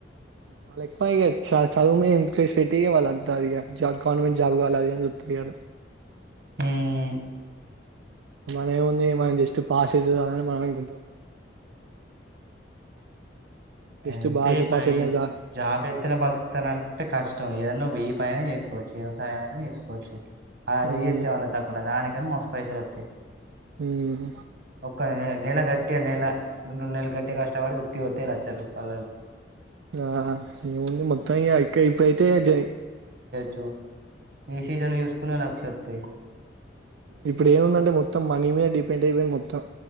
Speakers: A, on the right (about 80°); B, on the right (about 55°).
A: వాళ్ళు ఎక్కువ ఇగ చ చదువు మీద ఇన్ ట్రేష్ట్ వాళ్ళంత ఇగ గవర్నమెంట్ జాబ్ కావాలి. ఇ య్యారు
B: హమ్
A: మన ఏం ఉంది. పాస్ అయితే చాలు అని మనం ఇంకా అనుకుంటాం. జస్ట్
B: అంతే
A: బార్డర్
B: పై
A: పాస్ వెళ్ళిన చాలు
B: జాబ్ ఎత్తన బతుకుతను అనుకుంటే కష్టం ఏదన్నా ఒక్క ఎమ్. పైన చేసుకోవచ్చు వ్యవసాయం అయినా చేసుకోవచ్చు. అది
A: మ్మ్
B: చేసిన తక్కువన దానికి. ఏ మస్ పైసలు వస్తాయి.
A: మ్మ్
B: ఒక్కనే. నెల గట్టి నెల రెండు నెల గట్టిగా కష్టపడితే ఉత్తిగా వస్తాయి లక్షలు. <unintelligible>
A: ఆ ఏముంది మొత్తం ఇప్పుయితే జై.
B: చు. ఏ సీజన్ చూసుకున్న లక్ష వస్తాయి. తి
A: ఇప్పుడు ఏం ఉందంటే మొత్తం మనీ మీద డిపెండ్ అయి మొత్తం.